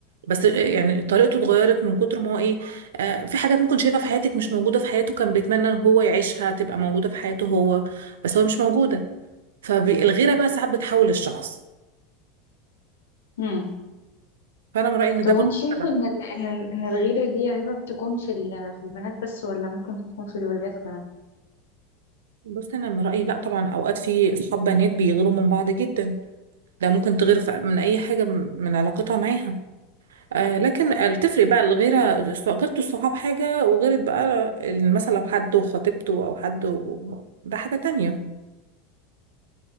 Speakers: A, on the right; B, on the left.
A: بس آه، يعني طريقته اتغيرت من كتر ما هو ايه آه، في حاجات ممكن شايفها في حياتك مش موجوده في حياته كان بيتمنى ان هو يعيشها تبقى موجوده في حياته هو بس هو مش موجوده فالغيره بقى ساعات بتحول الشخص
B: مم.
A: فانا من رايي ان
B: طب
A: ده
B: وانت
A: برضه
B: شايفة
A: سبب
B: ان ال- ان ال- ان الغيرة دي يا هبة بتكون في ال- في البنات بس ولا ممكن تكون في الولاد كمان؟
A: بص انا من رايي لا طبعا اوقات في اصحاب بنات بيغيروا من بعض جدا ده ممكن تغير ف- من اي حاجه م- من علاقتها معاها آه لكن آه، بتفرق بقى الغيره غيرت الصحاب حاجه وغيرت بقى مثلا لو حد وخطيبته او حد و... ده حاجه تانية